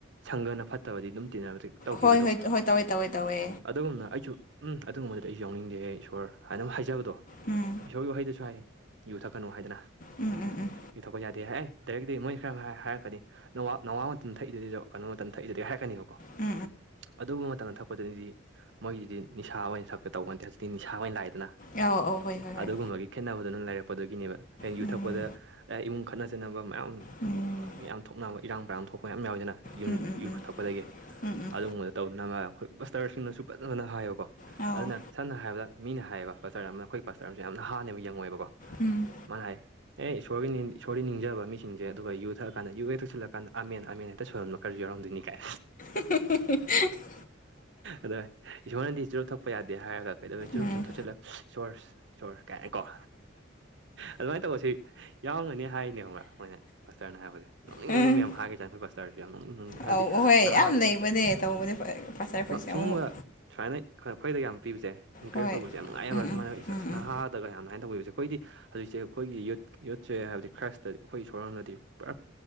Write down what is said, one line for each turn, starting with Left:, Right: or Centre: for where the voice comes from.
Right: ꯁꯪꯒꯅ ꯐꯠꯇꯕꯗꯤ ꯑꯗꯨꯝ ꯇꯧꯈꯤꯕꯗꯣ
Left: ꯍꯣꯏ ꯍꯣꯏ ꯍꯣꯏ ꯇꯧꯋꯦ ꯇꯧꯋꯦ ꯇꯧꯋꯦ
Right: ꯑꯗꯨꯒꯨꯝꯅ ꯑꯩꯁꯨ ꯎꯝ ꯑꯗꯨꯒꯨꯝꯕꯗꯤ ꯑꯩꯁꯨ ꯌꯥꯎꯅꯤꯡꯗꯦ ꯏꯁꯣꯔ ꯍꯥꯏꯅ ꯍꯥꯏ ꯍꯥꯏꯖꯕꯗꯣ
Left: ꯎꯝ
Right: ꯏꯁꯣꯔꯒꯤ ꯋꯥꯍꯩꯗꯁꯨ ꯍꯥꯏ ꯌꯨ ꯊꯛꯀꯅꯨ ꯍꯥꯏꯗꯅ
Left: ꯎꯝ ꯎꯝ
Right: ꯌꯊꯣꯛꯄ ꯌꯥꯗꯦ ꯍꯥꯏ ꯗꯥꯏꯔꯛꯇꯤ ꯃꯣꯏꯁꯤ ꯈꯔ ꯍꯥꯏꯔꯛꯀꯅꯤ ꯅꯋꯥ ꯅꯋꯥ ꯃꯇꯝꯇ ꯊꯛꯏꯗꯨꯗꯤꯗ ꯀꯩꯅꯣ ꯃꯇꯝ ꯊꯛꯏꯗꯨꯗꯤ ꯍꯥꯏꯔꯛꯀꯅꯤꯕꯀꯣ
Left: ꯎꯝ
Right: ꯑꯗꯨꯒꯨꯝꯕ ꯃꯇꯝꯗ ꯊꯛꯄꯗꯨꯅꯤꯗꯤ ꯃꯣꯏꯒꯤꯗꯤ ꯅꯤꯁꯥ ꯑꯣꯏꯅ ꯁꯛꯄ ꯇꯧꯕꯠꯇꯦ ꯍꯧꯖꯤꯛꯇꯗꯤ ꯅꯤꯁꯥ ꯑꯣꯏꯅ ꯂꯥꯛꯏꯗꯅ
Left: ꯎꯝ ꯎꯝ ꯎꯝ ꯑꯧ ꯑꯧ ꯍꯣꯏ ꯍꯣꯏ
Right: ꯑꯗꯨꯒꯨꯝꯕꯒꯤ
Left: ꯍꯣꯏ
Right: ꯈꯦꯠꯅꯕꯗꯨꯅ ꯂꯩꯥꯏꯔꯛꯄꯗꯨꯗꯒꯤꯅꯦꯕ ꯍꯡ
Left: ꯎꯝ
Right: ꯌꯨꯊꯛꯄꯗ ꯏꯃꯨꯡ ꯈꯠꯅ ꯆꯩꯠꯅꯕ ꯃꯌꯥꯝ
Left: ꯎꯝ
Right: ꯌꯥꯝ ꯊꯣꯛꯅꯕ ꯏꯔꯥꯡ ꯄꯔꯥꯡ ꯊꯣꯛꯄ ꯃ ꯌꯥꯎꯋꯤꯗꯅ ꯌꯨꯝ
Left: ꯎꯝ ꯎꯝ
Right: ꯌꯨ ꯊꯣꯛꯛꯄꯗꯒꯤ
Left: ꯎꯝ ꯎꯝ ꯎꯝ
Right: ꯑꯗꯨꯒꯨꯝꯕꯗ ꯇꯧꯗꯅ ꯑꯩꯈꯣꯏ ꯕꯁꯇꯔꯁꯤꯡꯅꯁꯨ ꯐꯖ ꯐꯖꯅ ꯍꯥꯏꯌꯦꯕꯀꯣ
Left: ꯑꯧ
Right: ꯑꯗꯨꯅ ꯁꯝꯅ ꯍꯥꯏꯔꯕꯗ ꯃꯤꯅ ꯍꯥꯏꯌꯦꯕ ꯄꯆꯔ ꯑꯃꯅ ꯑꯩꯈꯣꯏ ꯄꯆꯔ ꯑꯃꯁꯨ ꯌꯥꯝꯅ ꯍꯥꯥꯟꯅꯦꯕ ꯌꯦꯪꯉꯣꯏꯕꯀꯣ
Left: ꯎꯝ
Right: ꯃꯉꯥꯏ ꯑꯦ ꯏꯁꯣꯔꯒꯤ ꯏꯁꯣꯔꯒꯤ ꯅꯤꯡꯖꯕ ꯃꯤꯁꯤꯡꯁꯦ ꯑꯗꯨꯒ ꯌꯨ ꯊꯛꯑꯀꯥꯟꯗ ꯌꯨ ꯍꯦꯛ ꯊꯛꯤꯜꯂꯀꯥꯟꯗ ꯑꯃꯦꯟ ꯑꯃꯦꯟ ꯍꯦꯛꯇ ꯁꯣꯏꯨꯔꯝꯂꯨ ꯀꯔꯁꯨ ꯌꯥꯎꯔꯝꯗꯣꯏꯅꯤ ꯀꯥꯏ
Left: <inaudible>
Right: ꯑꯗ ꯏꯁꯣꯔꯅꯗꯤ ꯆꯨꯔꯨꯞ ꯊꯛꯄ ꯌꯥꯗꯦ ꯍꯥꯏꯔꯒ ꯀꯩꯗꯧꯩ ꯆꯨꯔꯨꯞꯇꯨꯞ
Left: ꯎꯝ
Right: ꯊꯛꯤꯜꯂꯛꯦ ꯁꯣꯔ ꯁꯣꯔ ꯀꯥꯏꯀꯣ ꯑꯗꯨꯃꯥꯏꯅ ꯇꯧꯕ ꯁꯤ ꯌꯥꯎꯒꯅꯤ ꯍꯥꯏꯅꯦ ꯍꯣꯡꯕ꯭ꯔꯥ ꯃꯣꯏꯅ ꯐꯁꯇꯔꯅ ꯍꯥꯏꯕꯁꯦ ꯅꯣꯛꯅꯤꯡ
Left: ꯎꯝ
Right: ꯅꯣꯛꯅꯤꯡ ꯃꯌꯥꯝ ꯍꯥꯏꯔꯒꯦ ꯆꯈ ꯔꯁꯨ ꯌꯥꯝꯅꯤꯡ ꯍꯥꯏꯕꯗꯤ
Left: ꯑꯧ ꯑꯍꯣꯏ
Right: ꯅꯍꯥ
Left: ꯌꯥꯝ ꯂꯩꯕꯅꯦ ꯇꯧꯕꯅꯦ ꯄꯥꯁꯇꯔ ꯑꯩꯈꯣꯏꯁꯦ
Right: ꯁꯒꯨꯝꯕ
Left: ꯑꯃꯨꯛ
Right: ꯁꯨꯃꯥꯏꯅ ꯈꯈꯣꯏꯗ ꯌꯥꯝ ꯄꯤꯕꯁꯦ ꯏꯟꯀꯔꯦꯖ
Left: ꯍꯣꯏ
Right: ꯇꯧꯕꯁꯦ ꯌꯥꯝ ꯅꯨꯡꯉꯥꯏꯑꯕ
Left: ꯎꯝ ꯎꯝ
Right: ꯁꯨꯃꯥꯏꯅ
Left: ꯎꯝ
Right: ꯅꯍꯥꯗꯒꯅꯃꯥꯏꯅ ꯇꯧꯕꯤꯕꯁꯦ ꯑꯩꯈꯣꯏꯗꯤ ꯍꯧꯖꯤꯛꯁꯦ ꯑꯩꯈꯣꯏꯒꯤ ꯌꯨꯠ ꯌꯨꯠꯁꯦ ꯍꯥꯏꯕꯗꯤ ꯈ꯭ꯔꯥꯏꯁꯇꯗꯤ ꯑꯩꯈꯣꯏꯒꯤ ꯏꯁꯣꯔꯝꯅꯗꯤ ꯄꯨꯔꯥ